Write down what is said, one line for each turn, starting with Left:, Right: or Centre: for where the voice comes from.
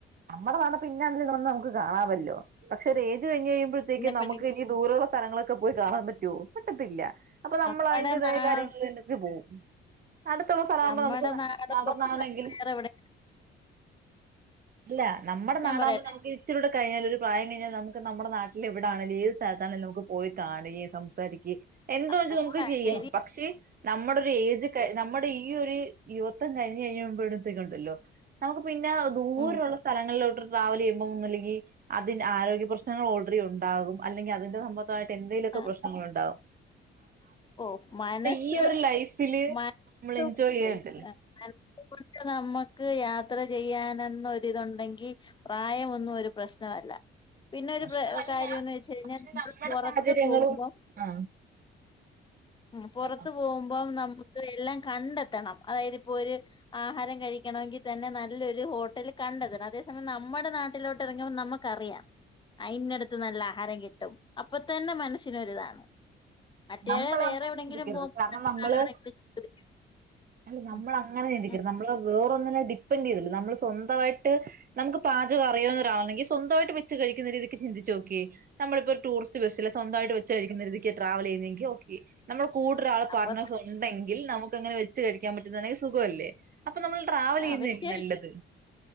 Right: നമ്മുടെ നാ പിന്നാണ്ടന്നന്ന് നമുക്ക് കാണാമല്ലോ പക്ഷെ ഒരുഏ ഇത് കഴിഞ് കഴിയുമ്പഴേക്കും
Left: പിന്നെപ്പഴേക്ക്
Right: നമുക്ക് ഇനി ദൂരമുള്ള സ്ഥലങ്ങളൊക്കെ പോയി കാണാൻ പറ്റുവോ പറ്റത്തില്ല അപ്പൊ നമ്മൾ
Left: നമ്മടെ
Right: അതിന്റേതായ
Left: നാട്
Right: കാര്യങ്ങളന്നക്ക് പോകവും അടുത്തുള്ള സ്ഥലമാകുമ്പോ
Left: നമ്മടെ
Right: നമുക്ക്
Left: നാടോട്
Right: നടന്നാണെങ്കിൽ
Left: വേറെ എവിടെ
Right: ഇല്ല നമ്മുടെ
Left: ഞാൻ
Right: നാടാകുമ്പോൾ
Left: പറയട്ടെ
Right: നമുക്ക് ഇച്ചരിടെ കഴിഞ്ഞാല ഒരു പ്രായം കഴിഞ്ഞാൽ നമുക്ക് നമ്മുടെ നാട്ടിൽ എവിടണങ്കില ത് സ്ഥലത്തണ നമു പോയി കാന്നെ സംസാരിക്ക എന്തെച്ചാൽ
Left: പോണ
Right: നമുക്ക് ചെയ്യാം
Left: ശരി
Right: പക്ഷെ നമ്മുടെ ഒരു ഏജ് ക നമ്മുടെ ഏ ഈ ഒരു യുവത്വം കഴിഞ്ഞ് കഴിഞ്ഞുമ്പത്തേക്ക ഉണ്ടല്ലോ നമുക്ക് പിന്നെ ദൂരുള്ള
Left: ഉം
Right: സ്ഥലങ്ങളിലോട്ട് ട്രാവൽ ചെയ്യുമ്പോൾഒന്നുല്ലങ്കിൽ അതിന് ആരോഗ്യ പ്രശ്നങ്ങൾ ഓൾറെഡി ഉണ്ടാകും അല്ലെങ്കിൽ അതിന്റെ തട്ട് എന്തങ്കലൊക്കെ
Left: ആ
Right: പ്രശ്നൾ ഉണ്ടാവും
Left: ഓ മനസ്
Right: ഈ ഒരു ലൈഫില്
Left: മന
Right: നമ്മൾ
Left: <unintelligible>
Right: എൻജോയ് ചെയ്യണ്ടല്ലേ
Left: നമ്മക്ക് യാത്ര ചെയ്യാനെന്നൊരിതൊണ്ടെങ്കി പ്രായമൊന്നും ഒരു പ്രശ്നമല്ല പിന്നെ ഒരു
Right: പ്രശ്നമല്ല
Left: പ്ര കാര്യന്ന് വെച്ച് കഴിഞ്ഞാൽ
Right: പക്ഷെ
Left: നമ്മൾ
Right: നമ്മുടെ
Left: പുറത്ത്
Right: സാഹചര്യങ്ങളും
Left: പോകുബം
Right: ആ
Left: മ് പൊറത്ത്
Right: പറഞ്ഞോ
Left: പോകുബം ന ക്ക് എല്ലാം കണ്ടെത്തണം അതായത് ഇപ്പോര് ആഹാരം കഴിക്കണമെങ്കിതന്നെ നല്ലൊര് ഹോട്ടല് കണ്ടെത്തണം അതേസമയം നമ്മടെ നാട്ടിലോട്ട് എറങ്ങുമ്പോ നമ്മക്കറിയാം അയിന്റെട്ത്ത് നല്ല ആഹാരം കിട്ടും അപ്പതന്നെ മനസ്സിനൊരിതാണ് മറ്റേത്
Right: നമ്മൾ
Left: വേറെ
Right: അങ്ങനെ
Left: എവിടെങ്കിലും
Right: ചിന്തിക്കരുത്
Left: പോകുമ്പോ
Right: കാരണം
Left: <unintelligible>
Right: നമ്മള് അല്ല നമ്മള
Left: ഉം
Right: അങ്ങനെ ചിന്തിക്കര്ത്
Left: ഉം
Right: നമ്മളെ വേ പ്പോ ന്നെലെ ഡിപ്പൻഡ് യ്തില് നമ്മൾ സ്വന്തമായിട്ട് നമുക്ക് പാചക അറിയാവുന്ന ഒരാളെങ്കിൽ സ്വന്തമായിട്ട് വെച്ച് കഴിക്കുന്ന ക്ക് ചിന്തിച്ച നോക്കീം നമ്മളിപ്പ ഒര് ടൂറിസ്റ്റ് ബസ്സില് സ്വന്തമായിട്ട് വെച്ച് കഴിക്കുന്ന രീതിക്ക് ട്രാവൽ ചെയ്യുന്നെങ്കിൽ ഓക്കെ നമ്മള് കൂടുതൽ ആൾ പാർട്ണേഴസ്
Left: അപ്പൊ
Right: ഉണ്ടെങ്കിൽ നമുക്ക്ങ്ങനെ വെച്ച് കഴിക്കാൻ പറ്റുന്നതാണെങ്കി സുഖല്ലേ അപ്പൊ നമ്മൾ ട്രാവൽ ചെയ്യുന്നല്ലേ
Left: അവര്
Right: നല്ലത്